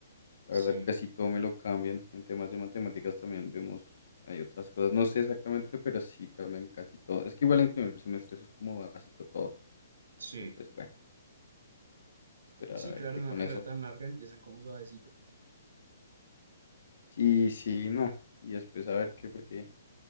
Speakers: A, on the left; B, on the right.
A: La
B: Sí,
A: verdad, casi todo me lo cambian. En temas de matemáticas también vemos, hay otras cosas, no sé exactamente, pero sí cambian casi todo. Es que igual en primer semestre eso es como básico todo.
B: sí.
A: Después, bueno. Esperar
B: Sí,
A: a ver
B: claro,
A: qué
B: en
A: con
B: una carrera
A: eso.
B: tan larga empiezan como suavecito.
A: Sí, sí, no. Y después a ver qué, porque